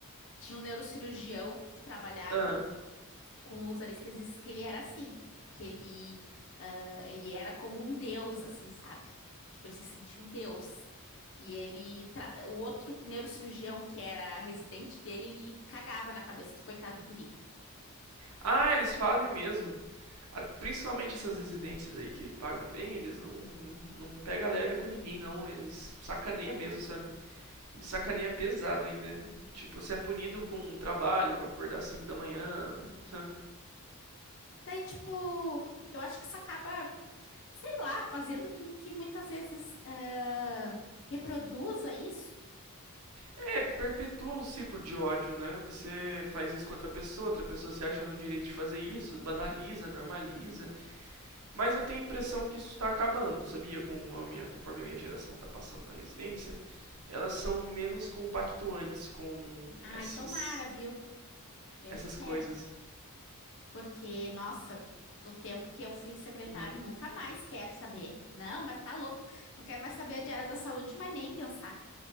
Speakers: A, on the left; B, on the right.
A: Tinha um neurocirurgião que trabalhava
B: ah,
A: com os anestesistas que ele era assim, que ele, ah, ele era como um deus, assim, sabe? Tipo, ele se sentia um deus. E ele, tra- o outro neurocirurgião que era residente dele, ele cagava na cabeça do coitado do guri.
B: ah, eles fazem mesmo. Principalmente essas residências aí que pagam bem, eles não, não pega leve com ninguém, não. Eles sacaneia mesmo, sabe? E sacaneia pesado ainda. Tipo, você é punido com um trabalho, acordar às 5 da manhã, sabe?
A: Daí, tipo, eu acho que isso acaba, sei lá, fazendo com que muitas vezes ah, reproduza isso.
B: É, perpetua um ciclo de ódio, né? Você faz isso com outra pessoa, outra pessoa se acha no direito de fazer isso, banaliza, normaliza. Mas eu tenho a impressão que isso tá acabando, sabia? Com a minha, conforme a minha geração tá passando na residência, elas são menos compactuantes com
A: Ai,
B: esses
A: tomara, viu? Eu
B: essas
A: espero.
B: coisas.
A: Porque, nossa, no tempo que eu fui secretária,
B: Uhum.
A: nunca mais quero saber. Não, mas tá louco. Não quero mais saber de área da saúde, mas nem pensar.